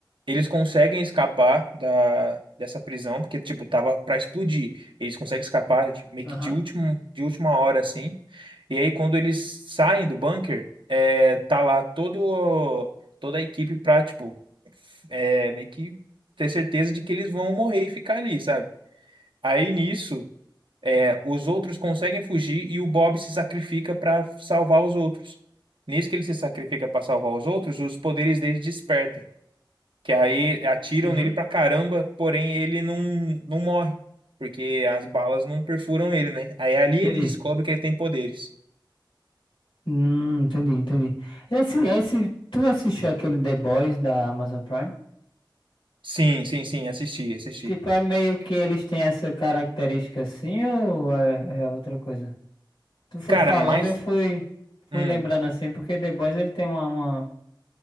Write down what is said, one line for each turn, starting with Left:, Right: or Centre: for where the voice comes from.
Right: eles conseguem escapar da, dessa prisão, porque, tipo, tava pra explodir. Eles conseguem escapar de- meio
Left: Aham.
Right: que de último, de última hora, assim. E aí, quando eles saem do bunker, é, tá lá todo, toda a equipe pra, tipo, é, meio que ter certeza de que eles vão morrer e ficar ali, sabe? Aí, nisso. É, Os outros conseguem fugir e o Bob se sacrifica para salvar os outros. Nisso que ele se sacrifica para salvar os outros, os poderes dele desperta, que aí atiram
Left: Uhum.
Right: nele pra caramba, porém ele não, não morre, porque as balas não perfuram ele, né? Aí ali ele
Left: Entendi.
Right: descobre que ele tem poderes.
Left: Hum, entendi, entendi. Esse, esse, tu assistiu aquele The Boys da Amazon Prime?
Right: Sim, sim, sim, assisti, assisti.
Left: Tipo, é meio que eles têm essa característica assim ou é, é outra coisa? Tu foi
Right: Cara,
Left: falando,
Right: mas
Left: eu fui, fui
Right: hum,
Left: lembrando assim, porque The Boys ele tem uma, uma